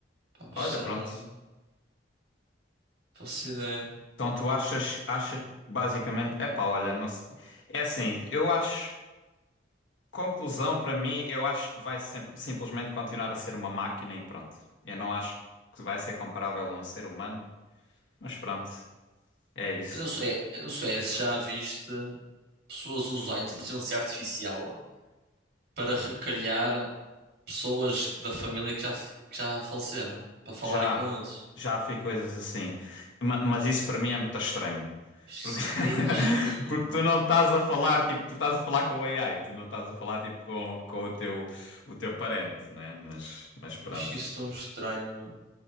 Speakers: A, on the right (about 55°); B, on the left (about 80°).
A: Pá, mas
B: Olha,
A: sinceramente
B: pronto.
A: não faço ideia.
B: Então tu achas, achas que basicamente, epá, olha, não sei. É assim, eu acho, conclusão para mim, eu acho que vai sempre- simplesmente continuar a ser uma máquina e pronto. Eu não acho que vai ser comparável a um ser humano, mas pronto, é isso.
A: Eu não sei, eu não sei se já viste pessoas usar a inteligência artificial para recriar pessoas que- da família que já, f- que já faleceram. Para falarem
B: Já,
A: com eles.
B: já vi coisas assim. Ma- mas isso para mim é muito estranho.
A: Acho que
B: Porque,
A: isso é bué de estranho,
B: <laughs> porque
A: meu.
B: tu não estás a falar, tipo, tu estás a falar com o AI, tu não estás a falar, tipo, com, com o teu, o teu parente, né? Mas, mas
A: Eu
B: pronto.
A: acho isso tão estranho,